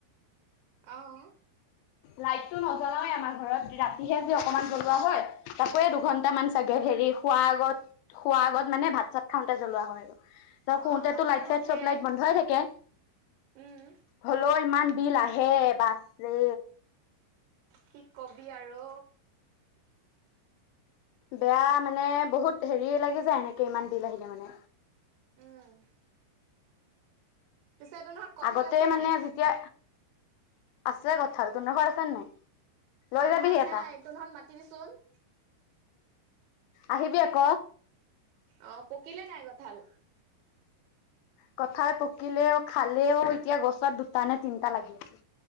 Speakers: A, on the right; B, on the left.
A: অহ
B: লাইটটো নজলাওে আমাৰ ঘৰত ৰাতিহে যে অকনমান জ্বলোৱা হয় তাকোয়ে দুঘন্ট মান চাগে হেৰি খোৱা আগত- খোৱাৰ আগত মানে ভাত চাত খাওঁতে জ্বলোৱা হয় আৰু। ত শুতেতো
A: অ আমাৰো
B: লাইট চাইট
A: সেয়াই
B: চব লাইট বন্ধই থাকে।
A: উম
B: হল- ত ইমান বিল আহে বাপৰে
A: কি কবি আৰু
B: বেয়া মানে বহুত হেৰি লাগি যায় এনেকে ইমান বিল আহিলে মানে।
A: উম পিছে তোৰহত কঁঠাল
B: আগতে
A: আছে নাই
B: মানে যেতিয়া আছে কঁঠাল। তহতৰ ঘৰত আছে নাই? লৈ
A: আমাহাৰ
B: যাবিহি এটা
A: নাই। তোহতত মাতিবি চোন।
B: আহিবি আক
A: অ পকিলে নাই কঁঠাল?
B: কঁঠাল পকিলেও খালেও এতিয়া গছত দুটা নে তিনটা লাগি আছে।